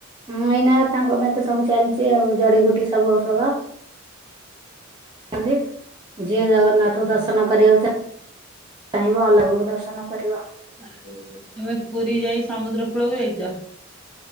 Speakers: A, on the right; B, in the centre.
A: ମୁଁ ଏଇନା ତାଙ୍କ ପାଇଁ ତ ସବୁ ଚାଲିଛି ଆଉ ଜଡିିବୁଟି ସବୁ ଔଷଧ। <unintelligible> ଯିଏ ଜଗନ୍ନାଥଙ୍କୁ
B: ଆଉ
A: ଦର୍ଶନ କରିବାକୁ ଚାହିଁବ <unintelligible> ଦର୍ଶନ ଦର୍ଶନ କରିବ।
B: ଆଉ ତମେ ପୁରୀ ଯାଇ ସମୁଦ୍ର କୂଳକୁ ଯାଇଚ?